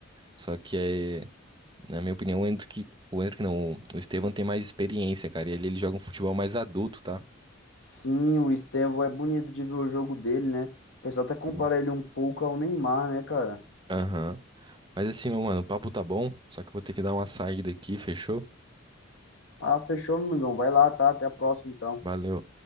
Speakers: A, on the right (about 25°); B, on the left (about 65°).
A: Só que é, na minha opinião, o Endrick, o Endrick não, o, o Estevão tem mais experiência, cara. e ali ele joga um futebol mais adulto, tá?
B: Sim, o Estevão é bonito de ver o jogo dele, né? O pessoal até compara
A: Hum.
B: ele um pouco ao Neymar, né, cara?
A: Aham. Mas assim, meu mano, o papo tá bom, só que eu vou ter que dar uma saída aqui, fechou?
B: Ah, fechou, meu amigão. Vai lá, tá? Até a próxima, então.
A: Valeu.